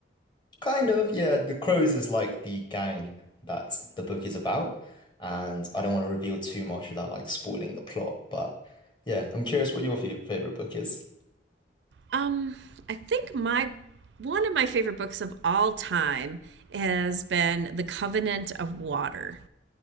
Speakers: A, on the left; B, on the right.
A: kind of, yeah, The Crows is like the gang that the book is about. And I don't want to reveal too much without like spoiling the plot, but yeah, I'm curious what your fe- favorite book is.
B: Um, I think my one of my favorite books of all time has been The Covenant of Water.